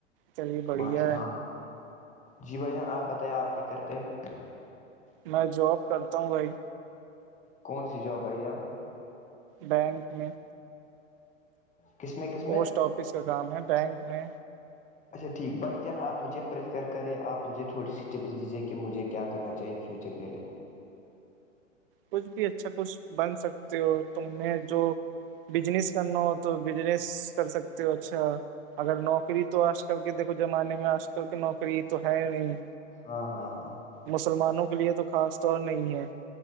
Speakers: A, on the right; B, on the left.
A: چلیے بڑھیا
B: مش
A: ہے
B: ہاں جی بھائی جان آپ بتیں آپ کیا کرتے ہیں
A: میں جاب کرتا ہوں بھائی
B: کون سی جاب آئیائی آپ
A: بینک میں
B: کس میں کیا <inaudible>
A: پوسٹ آفس کا کام ہے بینک میں
B: اچھا ٹھیک بھائی جان آپ مجھے پریفر کرے آپ مجھے تھوڑی سی ٹپس دیجیے کہ مجھے کیا کرنااہے فیوچر کے لیے
A: کچھ بھی اچھا کچھ بن سکتے ہو تم میں جو بجنس کرنا ہو تو بجنس کر سکتے ہو اچھا اگر نوکری تو آج کل کے دیکھو زمانے میں آج کل کی نوکری تو ہے ہی نہیں
B: ہاں ہاں ہاں
A: مسلمانوں کے لیے تو خاص طور نہیں ہے